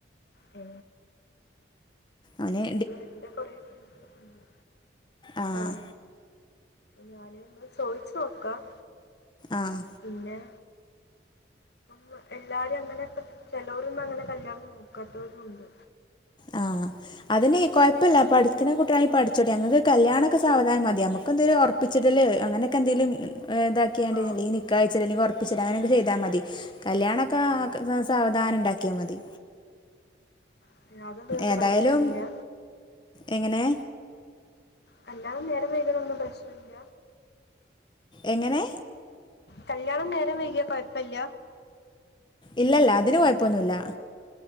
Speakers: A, on the left (about 60°); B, on the left (about 25°).
A: മ്
B: ഓന്
A: എന്റെ കൊറെ ഫ്രണ്ട്‌സ് ഒക്കെ ഇണ്ട്,
B: ആഹ്
A: ആ ഞാന് ഇന്ന് ചോയിച്ച് നോക്കാം,
B: ആഹ്
A: പിന്നെ മ് എല്ലാരും അങ്ങനെക്കെ ചെലൊരൊന്നും അങ്ങനെ കല്യാണം നോക്കാത്തവരുണ്ട്.
B: ആ അതിന് കൊഴപ്പല്ല പഠിക്കുന്ന കുട്ടികാണ പഠിച്ചോട്ടെ അങ്ങക്ക് കല്യാണൊക്കെ സാവധാനം മതി നമ്മുക്ക് എന്തേലും ഒറപ്പിച്ചിടല് അങ്ങനൊക്കെ എന്തേലും ഏ ഇതാക്കിയാണ്ട്
A: ആ
B: ലി നിക്കയച്ച അല്ലെങ്കിൽ ഒറപ്പിച്ചിട അങ്ങനൊക്കെ ചെയ്താ മതി, കല്യാണൊക്കെ
A: ഏ,
B: ക് സാവധാനം ഇണ്ടാക്കിയാ മതി.
A: <unintelligible> നിങ്ങക്ക്
B: ഏതായാലും
A: പ്രശ്നല്ല്യാ
B: എങ്ങനെ
A: നല്ലോണം നേരം വൈകനതൊന്നും പ്രശ്നല്ല.
B: എങ്ങനെ
A: കല്ല്യാണം നേരം വൈകിയാ കൊയപ്പില്ല.
B: ഇല്ലല്ല അതിന് കൊയപ്പൊന്നുല്ല.